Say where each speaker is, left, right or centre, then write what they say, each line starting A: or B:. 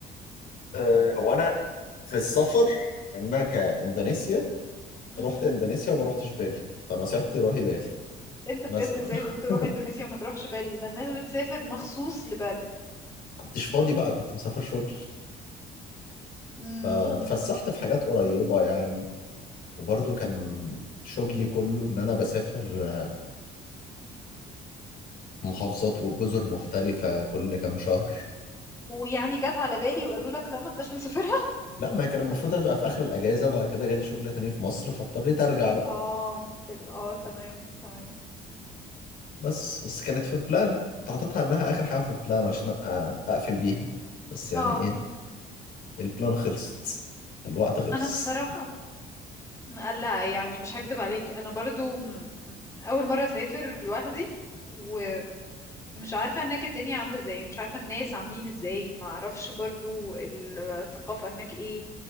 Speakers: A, on the left; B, on the left.
A: آه، هو انا في السفر يعني انا كاندونيسيا
B: اه
A: رحت اندونيسيا وما رحتش بالي فنصيحتي روحي بالي
B: انت بجد
A: مثلا
B: ازاي ما تروح
A: <laughs>
B: اندونيسيا وما تروحش بالي ده الناس بتسافر مخصوص لبالي
A: كنتش فاضي بقى كنت مسافر شغل
B: امم
A: فتفسحت في حاجات قريبه يعني وبرضه كان شغلي كله إن أنا بسافر آه، لمحافظات وجزر مختلفة كل كام شهر
B: ويعني جت على بالي وقالوا لك لا ما انتش مسافرها
A: لا ما كان المفروض هتبقى في آخر الأجازة بعد كده جالي شغل تاني في مصر فاضطريت أرجع
B: <laughs>
A: بقى
B: اه لل- اه تمام تمام
A: بس بس كانت في بلان كنت حاططها إنها آخر حاجة في البلان عشان أ- أقفل بيها بس يعني
B: اه
A: إيه البلان خلصت الوقت خلص
B: انا بصراحة لا يعني مش هكدب عليك انا برضو م- م- اول مرة اسافر لوحدي ومش عارفة هناك الدنيا عاملة ازاي مش عارفة الناس عاملين ازاي ما اعرفش برضو الثقافة هناك ايه